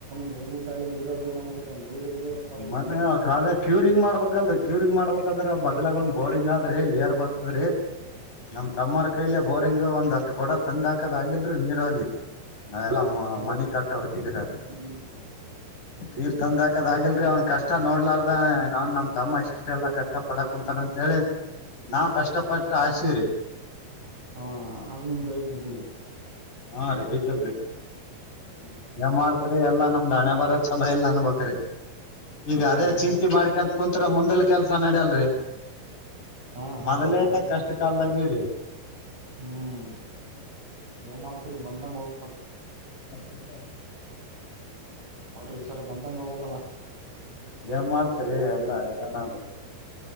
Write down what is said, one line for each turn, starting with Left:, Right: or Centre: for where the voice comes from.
Right: ತಂದೆ ತಾಯಿ ನೀರಲ್ರಿ ನಮ್ಗ ನೀರ್ ಇದ್ರೆ <unintelligible>
Left: ಮತ್ತೆ ಕಾಲ ಕ್ಯೂರಿಂಗ್ ಮಾಡ್ಬೇಕಲ್ರಿ ಕ್ಯೂರಿಂಗ್ ಮಾಡ್ಬೇಕಂದ್ರೆ ಬಗ್ಲಾಗ ಒಂದ್ ಬೋರಿಂಗ್ ಆದ್ರಿ ಏರ್ ಬರ್ತದ್ರಿ ನಮ್ ತಮ್ಮರ ಕೈಲೆ ಬೋರ್ ಹಿಂಗ ಒಂದ್ ಹತ್ತು ಕೊಡ ತಂದ್ ಹಾಕದ್ ಆಗಿಲ್ರಿ ನೀರ ಅಲ್ಲಿ ನಾವೆಲ್ಲ ಮಾ
Right: ಹೌದ್ರಿ
Left: ಮನೆ ಕಟ್ಟ ಹೊತ್ತಿಗೆ <unintelligible>
Right: ಹ್ಮ್
Left: ನೀರ್ ತಂದಾಕದ್ ಆಗಿಲ್ರಿ ಅವ್ನ್ ಕಷ್ಟ ನೋಡ್ಲಾರ್ದ ನಾನ್ ನಮ್ ತಮ್ಮ ಇಷ್ಟೆಲ್ಲ ಕಷ್ಟ ಪಡ ಕುಂತಾನಂತ್ ಹೇಳಿ ನಾವ್ ಕಷ್ಟಪಟ್ಟು
Right: ಹ್ಮ್
Left: ಹಾಕ್ಸಿವ್ರಿ
Right: ಹಾ ಅದು ನಿಮ್ ದಯಗ್ ಬಿದ್ದಿಲ್ರಿ
Left: ಹಾ ರೀ ಬಿದ್ದಿಲ್ರಿ
Right: ಹ್ಮ್
Left: ಏನ್ ಮಾಡ್ತ್ರಿ ಎಲ್ಲಾ
Right: ಮತ್
Left: ನಮ್ದ್ ಹಣೆ ಬರ ಚಲೋ ಇಲ್ಲ ನಂಬಕ್ ರೀ ಈಗ
Right: ಹಾ
Left: ಅದೇ
Right: ಅದ
Left: ಚಿಂತೆ ಮಾಡ್ಕಂತ್ ಕುಂತ್ರೆ ಮುಂದಲ್ ಕೆಲ್ಸ ನಡ್ಯಲ್ರಿ
Right: ಹಾ ಹಾ
Left: ಮೊದಲೇ
Right: ಇದು
Left: ಕಷ್ಟ
Right: ಮಾತ್ರ
Left: ಕಾಲ್ದಾಗಿವ್ರಿ
Right: ಹ್ಮ್ ಏನ್ ಮಾಡ್ತರಿ ಬಂದಂಗ ಹೋಗಬೇಕಲ್ರಿ
Left: ಸೀಕ <inaudible>
Right: ಅಲ್ಲ ರಿ ಸರ್ ಬಂದಂಗ ಹೋಗಬೇಕಲ್ಲ.
Left: ಏನ್ ಮಾಡ್ತರಿ ಎಲ್ಲ ಹೈರಾಣದ್.